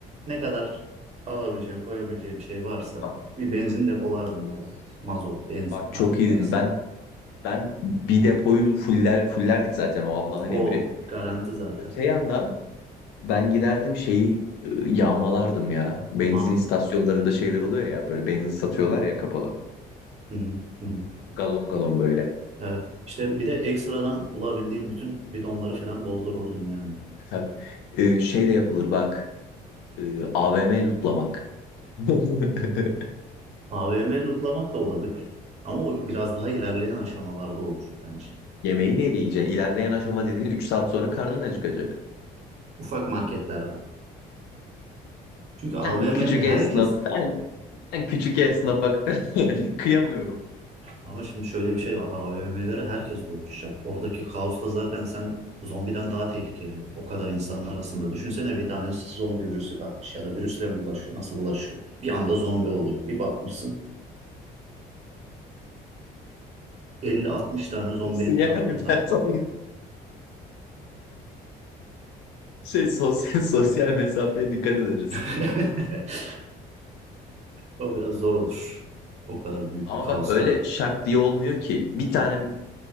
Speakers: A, on the right; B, on the left.
A: Ne kadar alabileceğim, koyabileceğim şey varsa
B: bak
A: bir benzin depolardım baba. Mazot, benzin
B: bak
A: artık
B: çok iyi
A: neyse.
B: dedim. Ben ben bir depoyu fuller fullerdik zaten o Allah'ın
A: O
B: emri.
A: garanti zaten.
B: Öte yandan ben giderdim şeyi e, yağmalardım ya. Benzin
A: Ma
B: istasyonlarında şeyler oluyor ya böyle benzin satıyorlar ya kapalı.
A: Hı hı, hı hı.
B: Galon galon böyle.
A: Evet. İşte bir de ekstradan bulabildiğim bütün bidonları falan doldururdum yani.
B: E, Tabii. E, şey de yapılır bak. E, AVM lootlamak. <laughs>
A: AVM lootlamak da olabilir. Ama o biraz daha ilerleyen aşamalarda olur bence.
B: Yemeği neyle yiyeceksin? İlerleyen aşama dediğin 3 saat sonra karnın acıkacak.
A: Ufak marketlerden. Çünkü AVM'ye
B: Ben küçük
A: herkes
B: esnaf, ben, ben küçük esnafa <laughs> kıyamıyorum.
A: ama şimdi şöyle bir şey var. AVM'lere herkes doluşacak. Oradaki kaos da zaten sen zombiden daha tehlikeli. o. O kadar insanın arasında. Düşünsene bir tane zombi virüsü kapmış ya da virüsle mi bulaşıyor? Nasıl bulaşıyor? Bir anda zombi oluyor. Bir bakmışsın 50-60 tane zombi
B: Nasıl
A: etrafında.
B: yani ben sana- <laughs> şey sosyal sosyal mesafeye dikkat ederiz.
A: <laughs> O biraz zor olur. O kadar büyük
B: Ama
A: bir kaosta.
B: bak öyle şak diye olmuyor ki. Bir tane